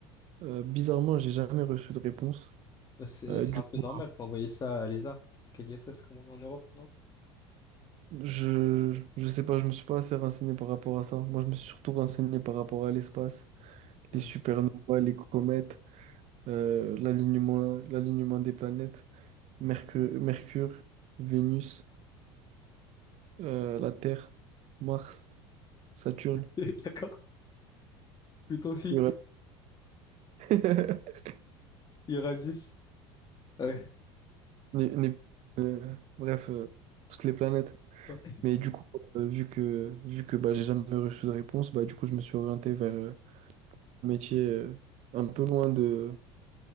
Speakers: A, on the right; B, on the left.
A: euh, bizarrement, j'ai jamais reçu de réponse.
B: Bah, C'est,
A: Euh,
B: c'est
A: du
B: un
A: coup,
B: peu normal, faut envoyer ça à l'ESA. En tout cas, l'ISS, comme on est en Europe, non?
A: je, je sais pas, je me suis pas assez renseigné par rapport à ça. Moi, je me suis surtout renseigné par rapport à l'espace,
B: Ouais.
A: les supernovas, les comètes. euh, l'alignement, l'alignement des planètes, Mercure, Mercure, Vénus, euh, la Terre, Mars, Saturne,
B: <laughs> D'accord. Pluton aussi,
A: Uranus. <laughs>
B: il y aura 10. Ouais.
A: Né- né- Bref, euh, toutes les planètes.
B: Ouais.
A: Mais du coup, euh, vu que, vu que bah, j'ai jamais reçu de réponse, bah, du coup, je me suis orienté vers euh, un métier euh, un peu loin de,